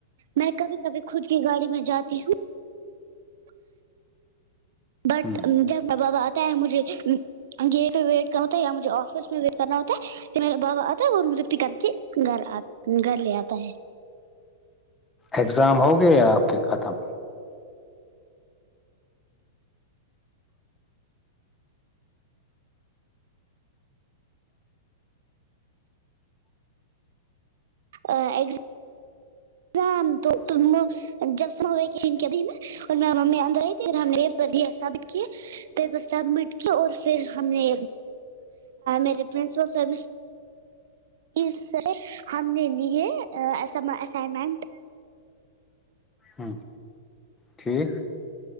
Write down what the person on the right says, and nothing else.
میں کبھی کبھی خود کی گاڑی میں جاتی ہوں بٹ
جب مذا آتا ہے مجھے گیٹ پ ویٹ کرنا ہوتا ہے یا مجھے آفس میں ویٹ کرنا ہوتا ہے کہ میرا بابا آتا ہے اور مجھے پکاپ کر کے گھر آتا گھر لتا ہے
ا ایکس جان تو تو م جب سم ہو گئے کہ ان کبھی میں اور م ممی آد گئی تھی اور ہم نے یہ پرری ثابت کیے پیپر سبمٹ کیا اور پھر ہم نے میرے پرنسپل سر اس سے ہم نے لیے اسنگ اسائنمنٹ